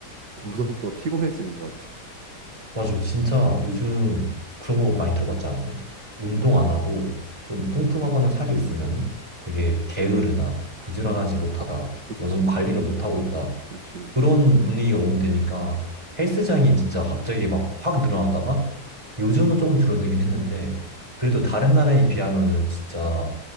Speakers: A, on the right (about 75°); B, on the right (about 15°).
A: 더더욱 더 피곤해지는 것 같아. <laughs>
B: 맞아. 진짜 요즘 그런 거 많이 들어봤지 않았어? 운동 안 하고 좀 뚱뚱하거나 살이 있으면은 되게 게으르다. 부지런하지
A: 뭐
B: 못하다.
A: 그렇지,
B: 너는 관리를 못하고 있다.
A: 그렇지, 그렇지.
B: 그런 분위기가 너무 되니까 헬스장이 진짜 갑자기 막 확 늘어났다가 요즘은 조금 줄어들긴 했는데 그래도 다른 나라에 비하면은 진짜